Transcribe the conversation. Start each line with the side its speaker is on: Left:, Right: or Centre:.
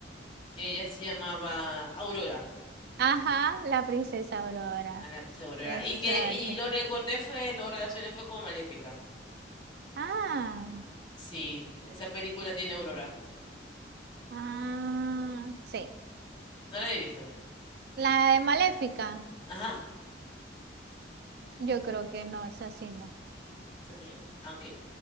Left: Ella se llamaba Aurora,
Right: Ajá, la princesa Aurora.
Left: a la princesa Aurora.
Right: Exacto.
Left: Y que, y lo recorté fue, lo relacioné fue con Maléfica.
Right: Ah,
Left: Sí, esa película tiene Aurora.
Right: ah, sí.
Left: No la he visto.
Right: La de Maléfica,
Left: Ajá.
Right: yo creo que no es así, no.
Left: está bien. Ah, ok.